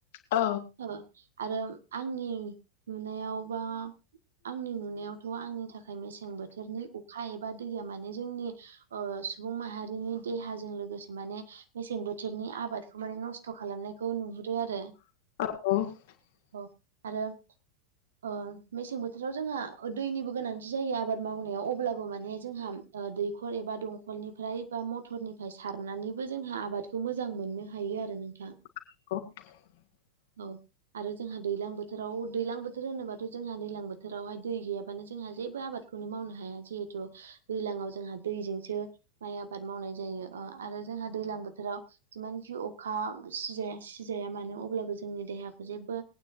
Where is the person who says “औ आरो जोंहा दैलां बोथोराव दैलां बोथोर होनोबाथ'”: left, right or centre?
Right